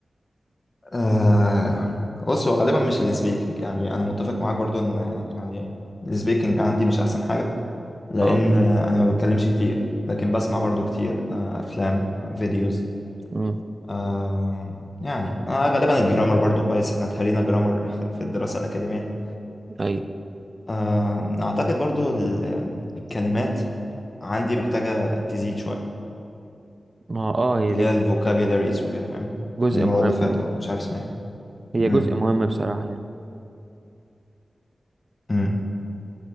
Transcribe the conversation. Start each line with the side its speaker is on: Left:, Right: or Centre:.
Left: آه بص هو غالبا مش السبيكنج يعني انا متفق معاك برضو ان يعني السبيكنج عندي مش احسن حاجة لان
Right: أه
Left: انا ما بتكلمش كتير لكن بسمع برضو كتير آه، افلام آه، فيديوز
Right: أمم
Left: آه، يعني آه، غالبا الجرامر برضو كويس احنا اتهرينا جرامر <laughs> في الدراسة الأكاديمية
Right: أيوة
Left: آه، اعتقد برضو ال- الكلمات عندي محتاجة تزيد شوية
Right: ما هو أه هي
Left: اللي
Right: دي
Left: هي الفوكابيلاريز وكده فاهم
Right: جزء
Left: المرادفات
Right: مهم
Left: او مش عارف اسمها
Right: هي
Left: إيه. مم.
Right: جزء مهم بصراحة يعني
Left: مم.